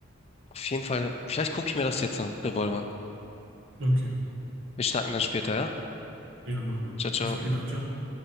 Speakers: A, on the left (about 30°); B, on the right (about 60°).
A: auf jeden Fall, vielleicht gucke ich mir das jetzt an, Revolver.
B: Okay.
A: Wir schnacken dann später, ja?
B: Ja, machen wir.
A: Ciao, ciao.
B: Bis später. Ciao.